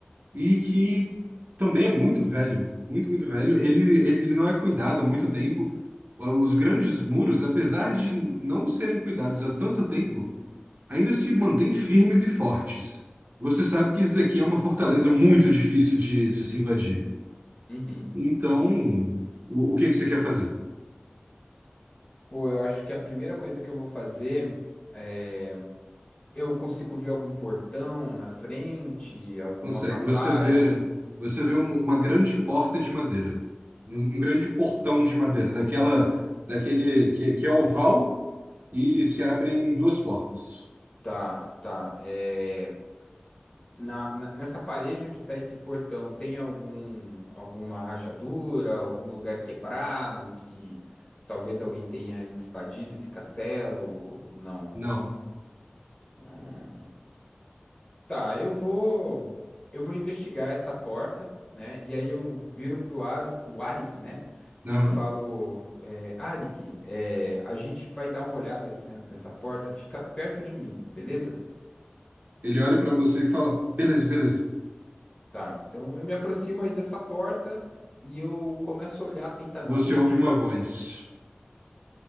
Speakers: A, on the right; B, on the left.
A: e que também é muito velho, muito, muito velho. Ele, ele não é cuidado há muito tempo. Os grandes muros, apesar de não serem cuidados há tanto tempo, ainda se mantêm firmes e fortes. Você sabe que isso aqui é uma fortaleza muito difícil de, de se invadir.
B: Uhum.
A: Então, o, o que é que você quer fazer?
B: Pô, eu acho que a primeira coisa que eu vou fazer é. Eu consigo ver algum portão na frente, alguma
A: Consegue.
B: passagem?
A: Você vê, você vê um- uma grande porta de madeira, um, um grande portão de madeira, daquela, daquele que, que é oval e se abrem duas portas.
B: Tá, tá. É... Na, na- nessa parede onde tá esse portão, tem algum, alguma rachadura, algum lugar quebrado que talvez alguém tenha invadido esse castelo? Não.
A: Não.
B: Hum. Tá, eu vou eu vou investigar essa porta, né? E aí eu viro pro Ari, o Arik, né?
A: Não.
B: E falo, é, Arik, é, a gente vai dar uma olhada aqui ne- nessa porta, fica perto de mim, beleza?
A: Ele olha para você e fala: Beleza, beleza.
B: Tá, então eu me aproximo aí dessa porta e eu começo a olhar atentamente
A: Você ouve uma
B: para.
A: voz.